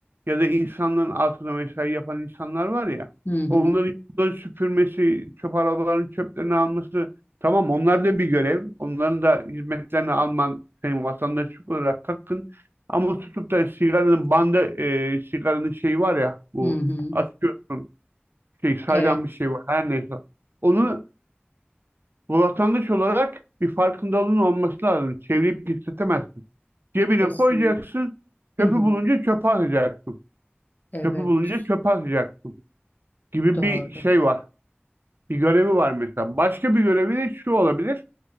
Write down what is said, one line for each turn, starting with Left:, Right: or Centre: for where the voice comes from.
Right: ya da insanların altına mesai yapan insanlar var ya
Left: Hı hı.
Right: onların yolları süpürmesi, çöp arabalarının çöplerini alması tamam onlar da bir görev. Onların da hizmetlerini alman senin vatandaşlık olarak hakkın. Ama tutup da sigaranın bandı, e, sigaranın şeyi var ya bu
Left: Hı hı.
Right: açıyorsun şey saydam
Left: Evet
Right: bir şey var her neyse. Onu bu vatandaş olarak bir farkındalığın olması lazım. Çevirip pisletemezsin. Cebine
Left: kesin.
Right: koyacaksın. Çöpü
Left: Hı hı.
Right: bulunca çöpe atacaksın.
Left: Evet
Right: Çöpü bulunca çöpe atacaksın gibi
Left: doğru.
Right: bir şey var. Bir görevi var mesela. Başka bir görevi de şu olabilir.